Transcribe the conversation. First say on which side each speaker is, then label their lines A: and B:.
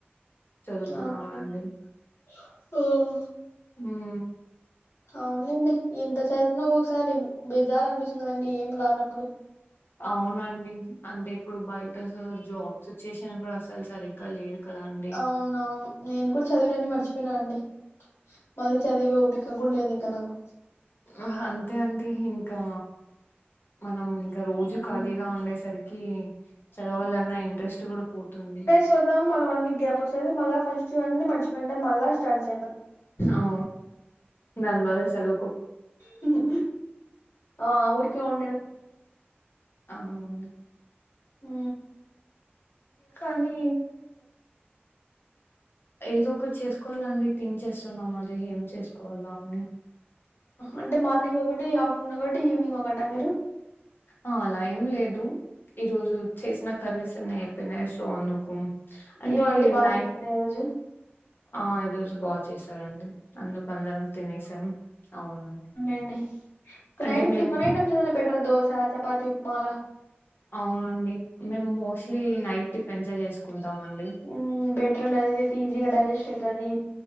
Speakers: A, on the left; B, on the left.
A: చదువుతున్నాను
B: ఆ మి ఇక
A: అండి
B: సోలా
A: ఉమ్
B: అవునులేండి ఇంత చదివిన ఒకసారి బెజార్ అనిపిస్తుందిదండి ఏం రానప్పుడు
A: అవునండి అంటే ఇప్పుడు బయట అసలా జాబ్ సిచ్యుయేషన్ కూడా అ అసలు సరిగ్గా లేరు కదా అండి
B: అవునవును నేను కూడా చదివినండి మర్చిపోయినాను అండి మళ్ళీ చదివే ఓపిక కూడా లేదు ఇంక నాకు
A: అహ అంతే అండి ఇంకా మనం ఇంక రోజు
B: ఉమ్.
A: ఖాళీగా ఉండేసరికి చదవాలన్నా ఇంట్రెస్ట్ కూడా పోతుంది
B: చూద్దాం మళ్ళ వన్ వీక్ గ్యాప్ వస్తుంది మళ్ళీ ఫస్ట్ వన్నీ మర్చిపోయింటం మళ్ళీ స్టార్ట్ చేయల్ల
A: ఔ నన్ బదులు చదువుకు
B: హుహు ఆ ఊరికే ఉండ
A: అవును
B: ఉ
A: కానీ ఏదో ఒకటి చేసుకోల్లండి థింక్ చేస్తున్నాము అదే ఏం చేసుకోవల్లా అని
B: అంటే మార్నింగ్ ఒకటి ఆఫ్టర్నూన్ ఒకటి ఈవినింగ్ ఒకట మీరు
A: ఆ అలా ఏం లేదు ఈరోజు చేసిన కర్రీస్ అన్ని అయి పసో వన్నకుమ్ అంటేన్నాయి
B: ఏం ఆంటీ బాగా చేసిందా ఈ రోజు
A: ఆ ఈరోజు బాగ చేసారండి అందుకు అందరం తినేసాం అవునండి
B: అండి
A: అంటే
B: నైట్
A: మేము
B: టిఫన్ ఐటమ్స్ ఏద బెటర్ దోశ చపాతి ఉప్మాల
A: అవునండి మేము మోస్ట్లీ నైట్ టిఫెన్సే చేసుకుంటాం అండి
B: ఉ బెటర్ అంది అదిదతే ఈజీగా డైజెస్ట్ అయితాది